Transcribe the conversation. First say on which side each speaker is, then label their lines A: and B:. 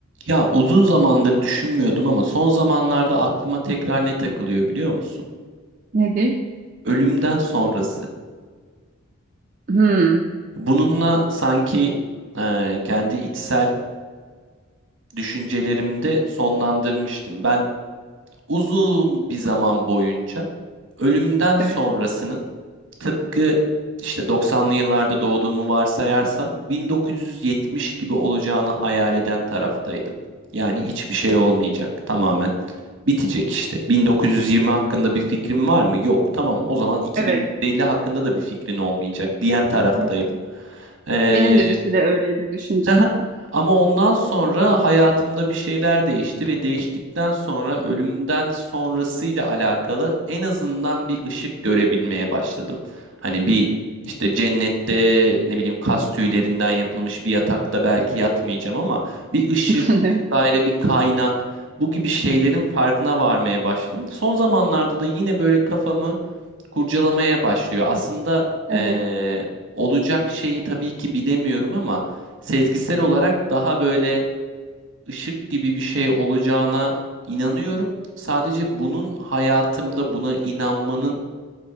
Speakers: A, on the right; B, on the right.
A: Ya uzun zamandır düşünmüyordum ama son zamanlarda aklıma tekrar ne takılıyor biliyor musun?
B: Nedir?
A: Ölümden sonrası.
B: Hmm,
A: Bununla sanki e, kendi içsel düşüncelerimde sonlandırmıştım. Ben uzun bir zaman boyunca ölümden
B: evet,
A: sonrasının tıpkı işte 90'lı yıllarda doğduğumu varsayarsan 1970 gibi olacağını hayal eden taraftaydım. Yani hiçbir şey olmayacak. Tamamen Bitecek işte. 1920 hakkında bir fikrin var mı? Yok. Tamam o zaman 2150
B: evet.
A: hakkında da bir fikrin olmayacak diyen taraftaydım.
B: Aynen.
A: Ee,
B: Benim de bir süre öyleydi düşüncem.
A: Aha. Ama ondan sonra hayatımda bir şeyler değişti ve değiştikten sonra ölümden sonrasıyla alakalı en azından bir ışık görebilmeye başladım. Hani bir işte cennette ne bileyim kas tüylerinden yapılmış bir yatakta belki yatmayacağım ama bir ışık
B: <laughs>
A: vesaire bir kaynak bu gibi şeylerin farkına varmaya başladım. Son zamanlarda da yine böyle kafamı kurcalamaya başlıyor. Aslında
B: Evet.
A: eee, olacak şeyi tabii ki bilemiyorum ama sezgisel olarak daha böyle ışık gibi bir şey olacağına inanıyorum. Sadece bunun hayatımda buna inanmanın